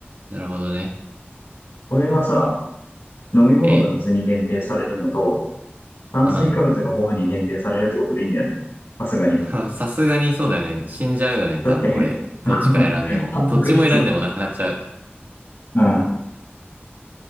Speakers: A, on the right; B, on the left.
A: ー、なるほどね。
B: これはさ、飲み物が水に限定されるのと、
A: え
B: 炭水化物がご飯に限定されるってことでいいんだよね。
A: うん。
B: さすがに。
A: <laughs> さすがにそうだよね。死んじゃうよね、多分これ。
B: だって、
A: どっちか選んでも。
B: <laughs> タンパク質、
A: どっちも選んでもなくなっちゃう。
B: うん。